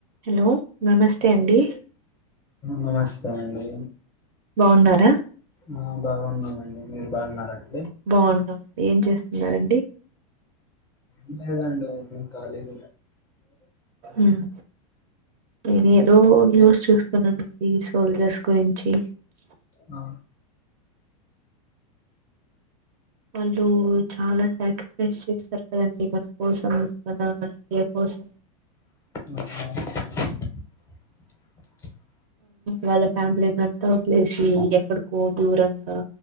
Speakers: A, on the right (about 35°); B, on the left (about 15°).
A: హలో నమస్తే అండి
B: నమస్తే అండి
A: బాగున్నారా
B: ఆ బాగున్నాండి మీరు బాగున్నారండి
A: బాగున్నాం ఏం చేస్తున్నండి
B: ఎంట ఏదాండ కాలేర
A: ఉమ్, నేను ఏదో న్యూస్ చూస్తున్నానండి సోల్జర్స్ గురించి
B: ఆ
A: వాళ్ళు చాలా సాక్రిఫైస్ చేస్తారు కదండి మన కోసం మన ఇండియా కోసం
B: ఆ
A: వాళ్ళ ఫ్యామిలీంతా పలేసి ఎక్కడికో దూరంగా